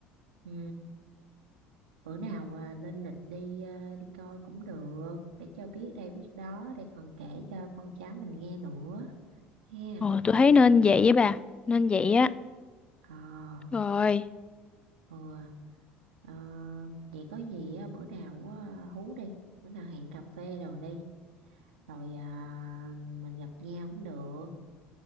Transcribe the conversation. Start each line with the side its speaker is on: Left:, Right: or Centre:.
Right: ừ. bữa nào à, lên lịch đi à, đi coi cũng được để cho biết đây biết đó để còn kể cho con cháu mình nghe nữa ha
Left: ồ tôi thấy nên vậy với bà nên vậy á
Right: ờ
Left: rồi
Right: ừ, ờ, vậy có gì á, bữa nào á, hú đi bữa nào hẹn cà phê đồ đi rồi à, mình gặp nhau cũng được